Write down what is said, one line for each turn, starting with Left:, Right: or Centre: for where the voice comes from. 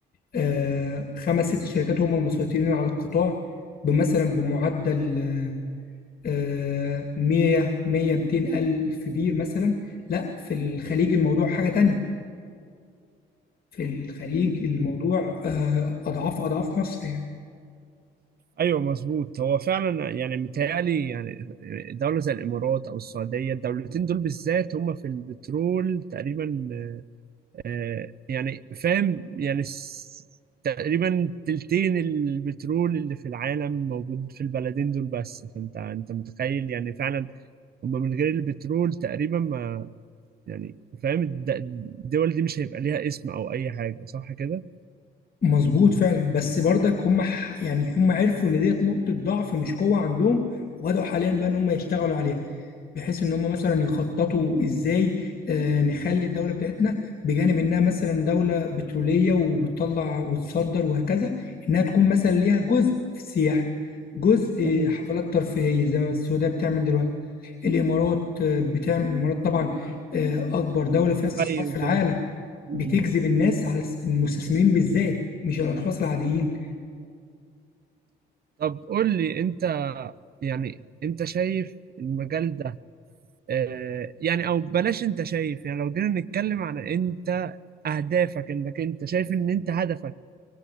Left: آه، خمس ست شركات هم المسيطرين على القطاع بمثلا بمعدل آه، 100 100 200 ألف بير مثلا لا في الخليج الموضوع حاجة تانية في الخليج الموضوع آه، أضعاف أضعاف مصر يعني
Right: ايوه مظبوط هو فعلا يعني متهيألي يعني دوله زي الامارات او السعوديه الدولتين دول بالذات هم في البترول تقريبا آه، يعني فاهم يعني س- تقريبا تلتين البترول اللي في العالم موجود في البلدين دول بس فانت انت متخيل يعني فعلا هم من غير البترول تقريبا ما يعني فاهم الد- الدول دي مش هيبقى ليها اسم او اي حاجة صح كده؟
Left: مظبوط فعلا بس برضك هم ح- يعني هم عرفوا ان ديت نقطة ضعف مش قوة عندهم وبدأوا حاليا بقى ان هم يشتغلوا عليها بحيث ان هم مثلا يخططوا ازاي آه نخلي الدولة بتاعتنا بجانب انها مثلا دولة بترولية وبتطلع وتصدر وهكذا انها تكون مثلا ليها جزء في السياحة جزء
Right: مم.
Left: آه، حفلات ترفيهية زي ما السعودية بتعمل دلوقتي الامارات بتعمل الامارات طبعا آه، اكبر دوله فيها استثمار
Right: ايوه
Left: في العالم
Right: كده مم.
Left: بتجذب الناس على الس- المستثمرين بالذات مش الاشخاص العاديين
Right: طب قول لي انت يعني انت شايف المجال ده آه، يعني او بلاش انت شايف يعني لو جينا نتكلم عن انت اهدافك انك انت شايف ان انت هدفك